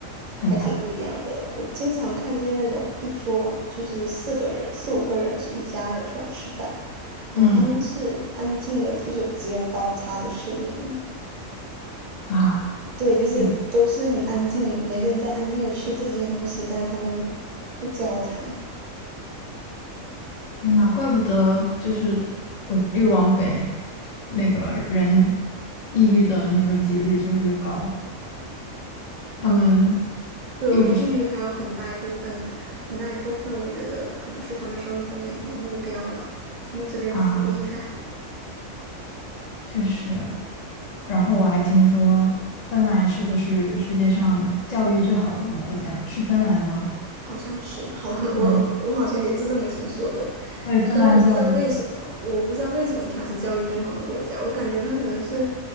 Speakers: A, on the left; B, on the right.
A: 很大。
B: 还挺不一样的。我经常看见那种一桌就是四个人、四五个人是一家人出来吃饭，然后他们是安静的，
A: 嗯
B: 就是有只有刀叉的声音，
A: 啊，
B: 对，就是都是很安静，
A: 哟
B: 每个人在安静的吃自己的东西，但是他们不交谈。
A: 天呐，怪不得就是我越往北，那个人抑郁的那个几率就越高。他们
B: 嗯，对，
A: 又不是
B: 我觉得抑郁还有很大一部分，很大一部分我觉得可能是他们生活没什么目标吧，因为这边的福利太好了。
A: 啊，确实。然后我还听说芬兰是不是世界上教育最好的一个国家？是芬兰吗？
B: 好像是，好，<laughs> 我我好像也是这么听说的。
A: 嗯，对，芬兰教育。
B: 虽然我不知道为什么，我不知道为什么它是教育最好的国家，我感觉它可能是